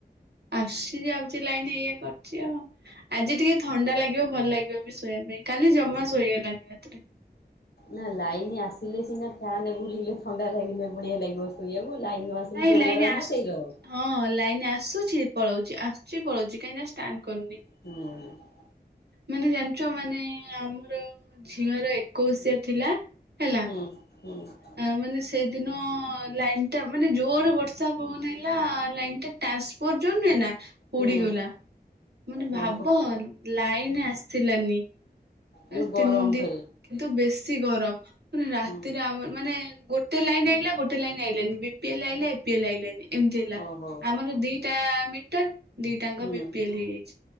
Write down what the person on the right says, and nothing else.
ଆସସି ଯେ ଆଉଛି ଲାଇନ ଏଇଆ କରଛି ଆଉ। ଆଜି ଟିକେ ଥଣ୍ଡା ଲାଗିବ ଭଲ ଲାଗିବ ବି ଶୋଇଆ ପାଇଁ କାଲି ଜମା ଶୋଇ ହେଲାନି ରାତିରେ।
ନାଇଁ
ଲାଇନ
ଆସୁ
ହଁ ଲାଇନ ଆସୁଛି ପଳଉଚି ଆସୁଛି ପଳଉଚି କାହିଁକି ନା ଷ୍ଟାଣ୍ଡ କରୁନି।
ମାନେ ଜାଣିଛ ମାନେ ଆମର ଝିଅର ଏକୋଇଶିଆ ଥିଲା ହେଲା
ଆ ମାନେ ସେଇଦିନ ଲାଇନ୍ ଟା ମାନେ ଜୋରେ ବର୍ଷା ପବନ ହେଲା ଲାଇନ୍ ଟା ଟାସ୍ କର ଯୋ ନା। ପୋଡିଗଲା
ମାନେ
ଭାବ
ଲାଇନ ଆସିଲାନି। ମା
ତିନି ଦିନ
କିନ୍ତୁ ବେଶୀ ଗରମ ମାନେ ରାତିରେ
ଆମର ମାନେ ଗୋ ଗୋଟେ ଲାଇନ ଆଇଲା ଗୋଟେ ଲାଇନ ଆଇାନି ବିପିଏଲ ଏପିଏଲ୍ ଆଇଲାନି ଏମିତି ହେଲା
ଆମର ଦି ଦିଟା ମିଟର ଦିଟାଙ୍କ
ବିପିଏଲ ହେଇଯାଇଛି